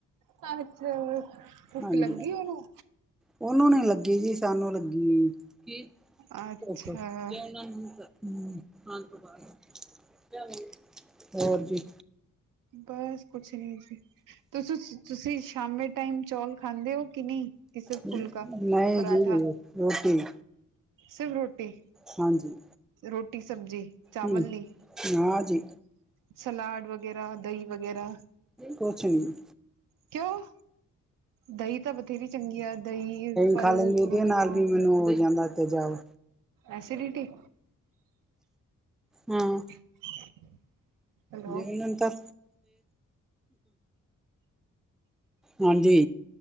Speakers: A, on the right; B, in the centre.
A: ਤੁਹਾਨੂੰ ਖੂਆਉ, ਭੁੱਖ
B: ਹਾਂਜੀ,
A: ਲੱਗੀ ਉਹਨੂੰ?
B: ਉਹਨੂੰ ਨੂੰ ਲੱਗੀ ਜੀ, ਸਾਨੂੰ ਲੱਗੀ ਨੀ, ਕੀ
A: ਅੱਛਾ
B: ਭੂਖ ਤੇ- ਹੂੰ ਖਾਨ ਤੋਂ ਬਾਦ ਕੇਸ ਲੇਂਗੇ, ਹੋਰ ਜੀ?
A: ਬੱਸ ਕੁਛ ਨੀ ਜੀ, ਤੁਸੀਂ-ਤੁਸੀਂ ਸ਼ਾਮੇ ਟਾਈਮ। ਚੌਲ ਖਾਂਦੇ ਹੋ, ਕਿ ਨਹੀਂ। ਕਿ ਸਿਰਫ
B: ਨਹੀਂ
A: ਫੁਲਕਾ
B: ਜੀ ਮੈਂ
A: ਪਰਾਂਠਾ
B: ਦੋ ਰੋਟੀ।
A: ਸਿਰਫ ਰੋਟੀ?
B: ਹਾਂਜੀ।
A: ਰੋਟੀ, ਸਬਜ਼ੀ, ਚਾਵਲ
B: ਹੂੰ
A: ਨੀ।
B: ਨਾ ਜੀ
A: ਸਲਾਦ ਵਗੈਰਾ, ਦਹੀਂ ਵਗੈਰਾ।
B: ਕੁਛ ਨੀ
A: ਕਿਉਂ? ਦਹੀਂ ਤਾਂ ਬਥੇਰੀ ਚੰਗੀ ਆ। ਦਹੀਂ, ਫਲ,
B: ਖਾ ਲੈਂਦੀ
A: ਫਰੂਟ।
B: ਉਹਦੇ ਨਾਲ ਵੀ ਮੈਨੂੰ ਹੋ ਜਾਂਦਾ ਇੱਥੇ ਜਾਓ।
A: ਐਸੀਡੀਟੀ?
B: ਹਾਂ।
A: <unintelligible> ਹੈਲੋ
B: ਨਿਰੰਤਰ ਹਾਂਜੀ।